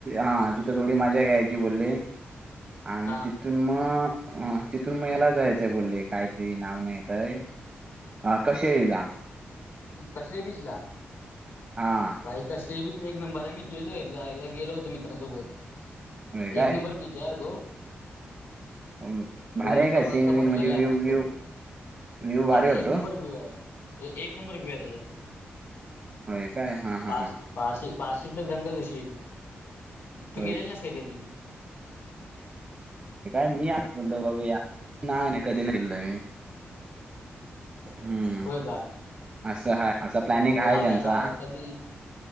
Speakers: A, on the right (about 30°); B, on the left (about 70°).
A: हा तिथं थोडी मजा घ्यायची बोलली आणि
B: हा
A: ति तिथून मग तिथून म ह्याला जायचंय बोलले काहीतरी नाव नाही येतय अ कसे येईला
B: कसे बिचला
A: हा
B: बाई कसे बीच एक नंबर आहे मी गेलो एकदा एकदा गेलो होतो मित्रांासोबत
A: होय काय
B: एक नंबर बीच जयडो
A: भारी
B: पूर्ण
A: आहे काय
B: समज
A: सीन
B: असा
A: विन
B: भरलेला
A: म्हणजे
B: आहे
A: व्ह्यू
B: मस्त
A: व्यू व्ह्यू
B: अरे
A: भारी वाटतो
B: एक नंबर आहे एक नंबर भिया त्याचा
A: होय काय हा हा
B: पाशी
A: हा
B: पाश पाशील तर दंगच होशील तू
A: होय
B: गेलेल नस काय कधी
A: काय मी बोलल बाबा नाही नाही कधी नाही गेलोय मी हम्म
B: होय का
A: असं ह असं प्लॅनिंग
B: मग
A: हाय
B: जाऊया
A: त्यांचा
B: जाऊया कधी